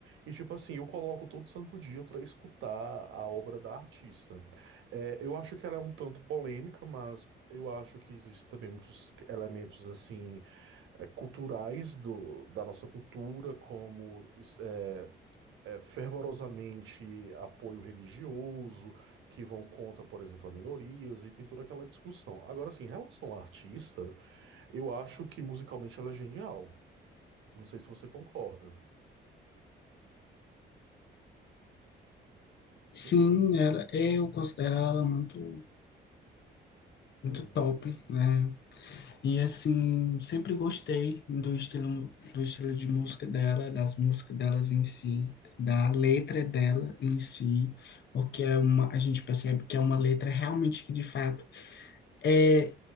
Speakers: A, on the right (about 80°); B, on the left (about 60°).
A: E, tipo assim, eu coloco todo santo dia pra escutar a obra da artista. É, eu acho que ela é um tanto polêmica, mas eu acho que existem também muitos elementos, assim eh, culturais do, da nossa cultura, como is- eh, eh, fervorosamente apoio religioso, que vão contra, por exemplo, a minorias, e tem toda aquela discussão. Agora, assim, em relação à artista, eu acho que musicalmente ela é genial. Não sei se você concorda.
B: sim,
A: Então,
B: ela, eu considero ela muito, muito
A: uhum,
B: top, né? E assim, sempre gostei do estilo, do estilo de música dela, das músicas delas em si, da letra dela em si, porque é uma, a gente percebe que é uma letra realmente que de fato é,